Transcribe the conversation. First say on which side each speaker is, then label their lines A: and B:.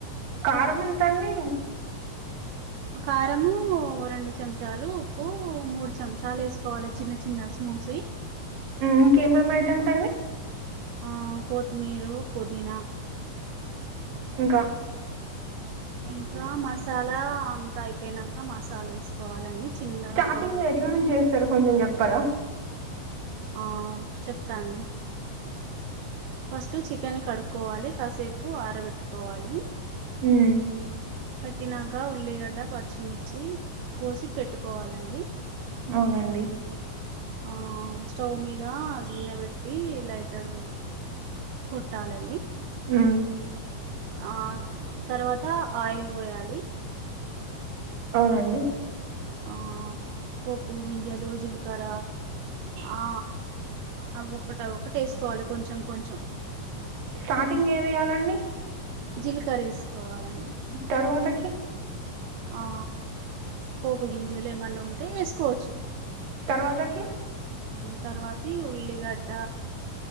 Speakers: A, on the right; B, on the right.
A: కారం ఎంత అండి.
B: ఒక కారము రెండు. చెంచాలు ఉప్పు మూడు చెంచాలు వేసుకోవాలి చిన్న చిన్న స్మూన్స్.
A: ఇంకేమేమి ఐటమ్స్ అండి.
B: ఆ కొత్తిమీరు పుదీనా.
A: ఇంకా.
B: ఇంకా మసాలా అంతా అయిపోయినాక మసాలా వేసుకోవాలండి. చిన్నగా
A: స్టార్టింగ్
B: స్టవ్
A: లో
B: పెట్టుకొని
A: ఎట్ల నుంచి చేస్తారు కొంచెం చెప్. పరా.
B: ఆ చెప్తాండి. ఫస్ట్ చికెన్ కడుక్కోవాలి కాసేపు ఆరబెట్టుకోవాలి
A: హ్మ్
B: పట్టినాక ఉల్లిగడ్డ పచ్చిమిర్చి కోసి పెట్టుకోవాలండి.
A: అవునండి
B: ఆ స్టవ్ మీద గిన్నె పెట్టి లైటర్ కొట్టాలండి
A: హ్మ్
B: ఆ తర్వాత ఆయిల్ పోయాలి
A: అవునండి
B: ఆ పోప్పు గింజలు జీలకర్ర ఆ అవి ఒకటి ఒకటి ఎసుకోవాలి కొంచెం కొంచెం
A: స్టార్టింగ్ ఏమియ్యాలండి
B: జీలకర్ర వేసుకోవాలండి
A: తరువాతకి
B: ఆ పోపు గింజలెమన అంటే వేసుకోవచ్చు
A: తర్వాతకి
B: తర్వాతి ఉల్లిగడ్డ